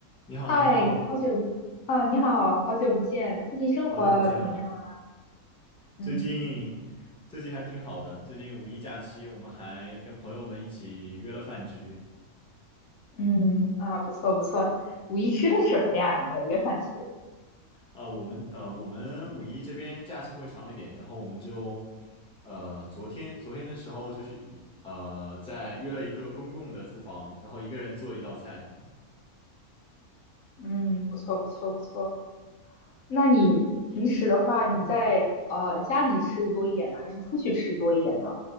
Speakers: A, in the centre; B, on the left.
A: 你好，
B: 嗨，
A: 你好，
B: 好久啊，你好，好久不见，最近生活怎么样啊？
A: 好久不见了。
B: 嗯
A: 最近最近还挺好的。最近五一假期，我们还跟朋友们一起约了饭局。
B: 嗯啊，不错不错。五一吃的什么呀？你们约饭局？
A: 啊、我们呃，我们五一这边假期会长一点，然后我们就呃，昨天昨天的时候就是一呃，在约了一个公共的厨房，然后一个人做一道菜。
B: 嗯，不错不错不错。那你平时的话，你在呃家里吃的多一点呢，还是出去吃多一点呢？